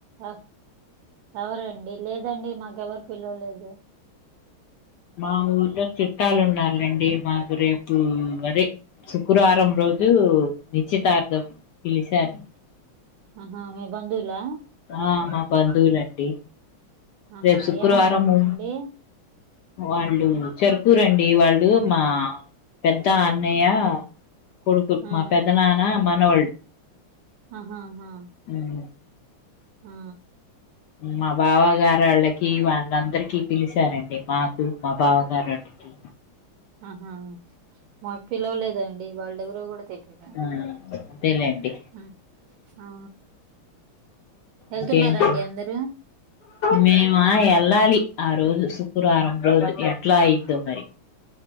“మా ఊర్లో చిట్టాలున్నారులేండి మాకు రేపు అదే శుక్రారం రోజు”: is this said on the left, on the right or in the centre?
Left